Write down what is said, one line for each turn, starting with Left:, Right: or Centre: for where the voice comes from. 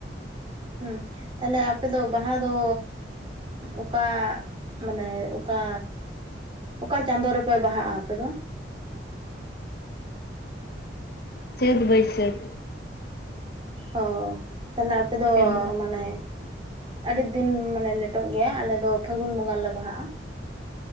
Right: ᱦᱩᱸ ᱛᱟᱦᱞᱮ ᱟᱯᱮ ᱫᱚ ᱵᱟᱦᱟ ᱫᱚ ᱚᱠᱟ ᱢᱟᱱᱮ ᱚᱠᱟ ᱚᱠᱟ ᱪᱟᱸᱫᱳ ᱨᱮᱯᱮ ᱵᱟᱦᱟᱜᱼᱟ ᱟᱯᱮ ᱫᱚ
Left: ᱪᱟᱹᱫ ᱵᱟᱹᱭᱥᱟᱹᱠ
Right: ᱚ ᱛᱟᱦᱚᱞᱮ ᱟᱯᱮ ᱫᱚ
Left: ᱪᱟᱹᱛ
Right: ᱢᱟᱱᱮ ᱟᱹᱰᱤ ᱫᱤᱱ ᱢᱟᱱᱮ ᱞᱮᱴᱚᱜ ᱜᱮᱭᱟ ᱟᱞᱮᱫ ᱫᱚ ᱯᱷᱟᱹᱜᱩᱱ ᱵᱚᱸᱜᱟ ᱞᱮ ᱵᱟᱦᱟᱜᱼᱟ